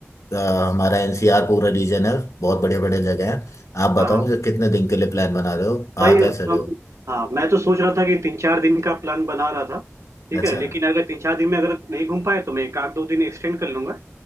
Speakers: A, on the left; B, on the right.
A: अ, हमारा एनसीआर पूरा रीजन है बहुत बढ़िया बढ़िया जगह है आप बताओ
B: हाँ हाँ।
A: मुझे कितने दिन के लिए प्लान बना रहे हो आ
B: भाई
A: कैसे रहे
B: कम
A: हो
B: हाँ मैं तो सोच रहा था कि तीन चार दिन का प्लान बना रहा था ठीक
A: अच्छा
B: है लेकिन अगर तीन चार दिन में अगर नहीं घूम पाए तो मैं एक आध दो दिन एक्सटेंड कर लूंगा